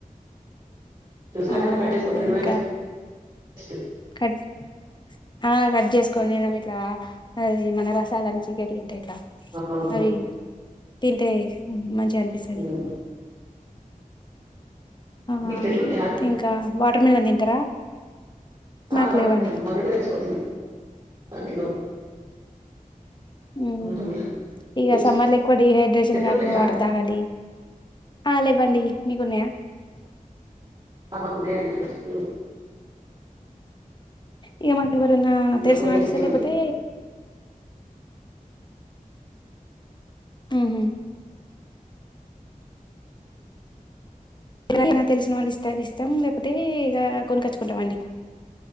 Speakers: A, on the right; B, on the left.
A: జ్యూస్ల
B: ఆ
A: కన్నా కట్ చేసుకొని తినడమే
B: ఇంకా
A: బెస్ట్
B: కట్ హా కట్ చేసుకొనినం ఇట్లా అది మన రసాలాని చికెటి అంటే ఇట్లా
A: అవును
B: అవి తింటే మంచి అనిపిస్తది
A: ఉమ్.
B: హా
A: మీకు చెట్లు ఉన్నాయా అండి
B: ఇంకా వాటర్ మెలన్ తింటారా
A: హా
B: మాకు
A: వాటర్మీలోన్
B: లేవండి
A: మొన్ననే తెచ్చుకొని తిన్న
B: ఉమ్
A: వాటర్ మిలన్
B: ఇక
A: మీకు
B: సమ్మర్లో ఎక్కువ డిహైడ్రేషన్
A: చెట్లు
B: కాకుండా
A: ఉన్నాయా
B: వాటర్ తాగాలి ఆ లేవండి మీకున్నాయా
A: ఆ మాకు ఉన్నాయండి చెట్లు
B: ఇక మాకూవరైనా
A: ఇలా
B: తెలిసిన
A: కూరగాయ
B: వల్ల
A: చెట్లు
B: ఇస్తారు
A: ఉన్నాయి
B: లేపోతే ఉహు ఎ తెలిసిన వాళ్ళు ఇస్తాది ఇస్తాం లేపోతే ఇక కొనుకొచ్చుకుంటాం అండి